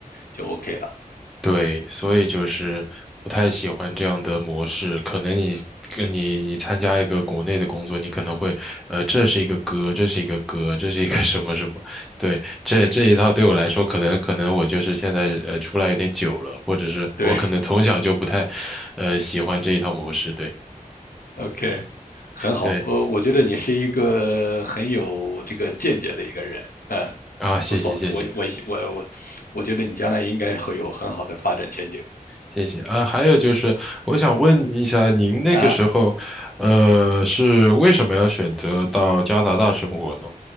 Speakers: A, on the left; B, in the centre.
A: 就 OK 了。
B: 对，所以就是不太喜欢这样的模式。可能你跟你你参加一个国内的工作，你可能会，呃，这是一个歌，这是一个歌，这是一个 <laughs> 什么什么，对，这这一套对我来说，可能可能我就是现在呃出来有点久了，或者是我可能从小就不太，
A: 对
B: 呃喜欢这一套模式。对
A: ，OK，<laughs> 很好。
B: 对
A: 我我觉得你是一个很有这个见解的一个人，嗯，
B: 啊，谢谢谢谢。
A: 不错。我我我我我觉得你将来应该会有很好的发展前景
B: 谢谢啊，还有就是，我想问一下，您那个时候，
A: 啊。
B: 呃，是为什么要选择到加拿大生活呢？